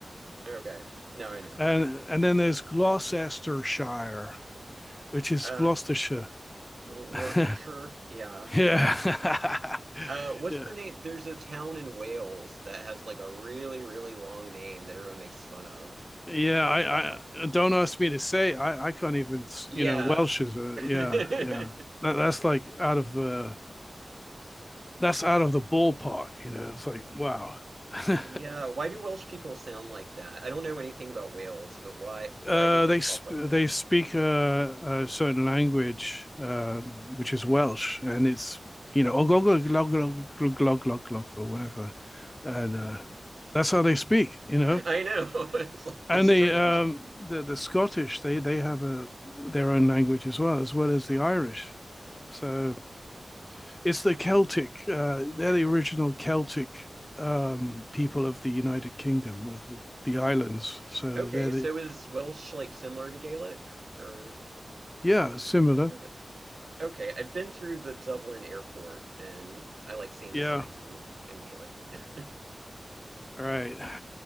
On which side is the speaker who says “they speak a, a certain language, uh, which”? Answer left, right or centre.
Left